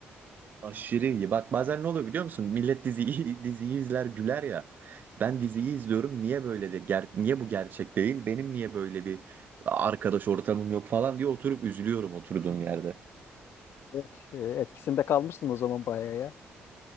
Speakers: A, on the right (about 50°); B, on the left (about 70°).
A: Aşırı iyi. Bak bazen ne oluyor biliyor musun? Millet diziyi, <laughs> diziyi izler güler ya. Ben diziyi izliyorum. Niye böyle de ger niye bu gerçek değil? Benim niye böyle bir arkadaş ortamım yok falan diye oturup üzülüyorum oturduğum yerde.
B: Evet, e, etkisinde kalmışsın o zaman bayağı ya.